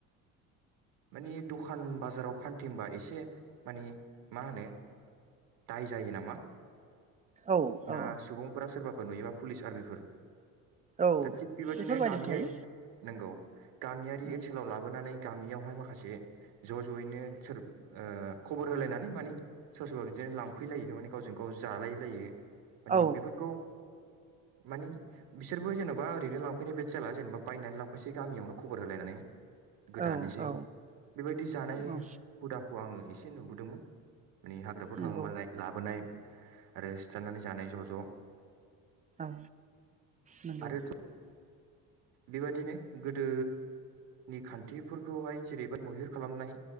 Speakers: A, on the right; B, on the right.
A: माने ओ दखान बाजाराव फानथिंबा एसे एसे माने मा होनो दाय जायो नामा
B: औ
A: ना
B: औ
A: सुबुंफोरा सोरबा फोर नुयोबा पुलिस आर्मिफोर
B: औ
A: दा थिग बेबादिनो
B: बेफोरबायदि
A: गामियारि
B: थायो
A: नंगौ गामियारि
B: औ
A: ओनसोलाव लाबोनानै गामियावहाय माखासे ज' ज'यैनो सोर ओ खबर होलायनानै माने सोर सोरबा बिदिनो लांफैलायो माने गावजों गाव जालाय लायो। माने
B: औ
A: बेफोरखौ मानि बिसोरबो जेनेबा ओरैनो लांफैनाय बादि जाला जेनेबा बायनानै लांफैसै गामियावनो खबर होलायनानै गोदानोसै
B: औ औ
A: बेबायदि जानाय
B: औ
A: हुदाखौ आङो एसे नु गुदुंमोन माने हाग्राफ्राव
B: नंगौ
A: थाङोबा लायक लाबोनाय आरो सिथारनानै जानाय ज' ज'
B: औ नंगौ
A: आरो बेबादिनो गोदो नि खान्थिफोरखौहाय जेरैबादि मैहुर खालामनाय